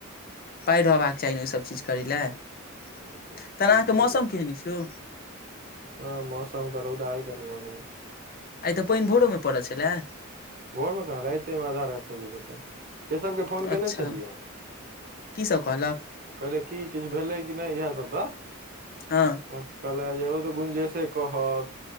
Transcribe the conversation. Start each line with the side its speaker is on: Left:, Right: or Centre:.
Left: पाइ रहबाक चाही न ई सब चीज करय लेल
Right: दियौ
Left: <inaudible> तहन
Right: झूठे
Left: अहाँकेँ मौसम
Right: के
Left: केहन ऐछ यै
Right: हँ मौसम कऽ रौदा ए कनि मनी।
Left: आय तऽ पैन भोरो में पड़ल छलै।
Right: भोर में कहाँ रातै में अधा राइत से जे भेलै केशव केँ फोन कयने
Left: अच्छा
Right: छलियै <inaudible>
Left: की सब कहलक
Right: कहलिये की किछ भेलै कि नै इहै सब दऽ
Left: हँ
Right: कहला जे ओ तऽ गुंजसे कहत